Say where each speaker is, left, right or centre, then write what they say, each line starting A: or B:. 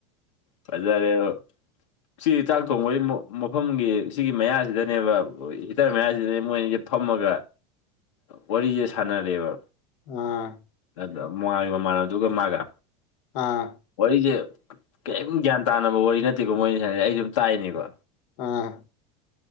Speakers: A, on the left; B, on the left.
A: ꯐꯖꯔꯦ ꯁꯤ ꯆꯥꯛ ꯊꯣꯡꯕꯒꯤ ꯃꯐꯝꯒꯤ ꯁꯤꯒꯤ ꯃꯌꯥꯁꯤꯗꯅꯦꯕ ꯍꯤꯇꯔ ꯃꯌꯥꯁꯤꯗꯅꯦ ꯣꯏꯅꯤꯁꯦ ꯐꯝꯃꯒ ꯋꯥꯔꯤꯁꯦ ꯁꯥꯟꯅꯔꯦꯕ
B: ꯑꯥ
A: ꯑꯗꯨ ꯃꯣꯉꯥꯜꯒꯤ ꯃꯃꯥꯟ ꯑꯗꯨꯒ ꯃꯥꯒ
B: ꯑꯥ
A: ꯋꯥꯔꯤꯁꯦ ꯀꯔꯤꯝ ꯒ꯭ꯌꯥꯟ ꯇꯥꯅꯕ ꯋꯥꯔꯤ ꯅꯠꯇꯦꯀꯣ ꯃꯣꯏꯅꯤ ꯁꯥꯟꯅꯩꯖꯦ ꯑꯩꯅꯁꯨꯝ ꯇꯥꯢꯅꯦꯀꯣ
B: ꯑꯥ